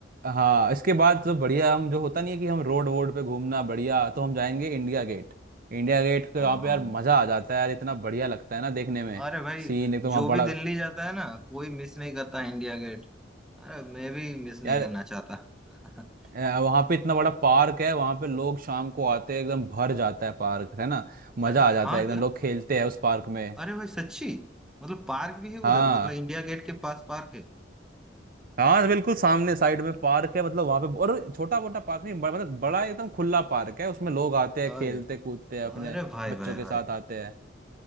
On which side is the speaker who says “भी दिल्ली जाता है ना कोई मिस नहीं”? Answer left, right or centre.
Centre